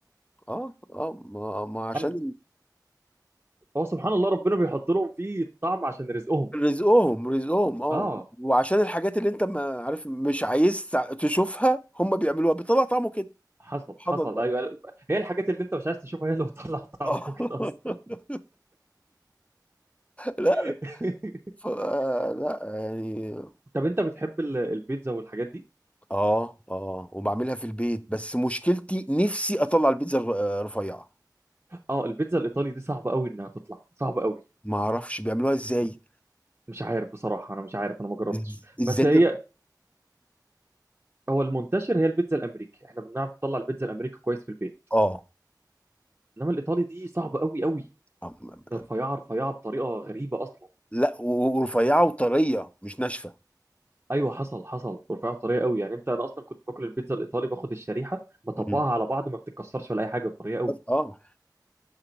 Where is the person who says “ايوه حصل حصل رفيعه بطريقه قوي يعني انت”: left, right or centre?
Right